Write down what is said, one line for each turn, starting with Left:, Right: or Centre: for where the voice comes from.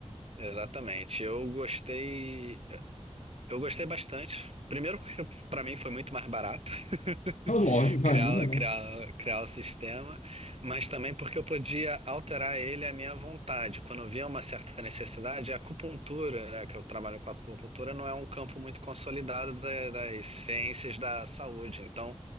Right: exatamente. Eu gostei. Eu gostei bastante. Primeiro porque para mim foi muito mais barato <laughs>
Left: Ah, Lógico, imagina,
Right: criar,
Left: né?
Right: criar, criar o sistema, mas também porque eu podia alterar ele à minha vontade. Quando eu via uma certa necessidade, a acupuntura, né, que eu trabalho com acupuntura, não é um campo muito consolidado da- das ciências da saúde. Então,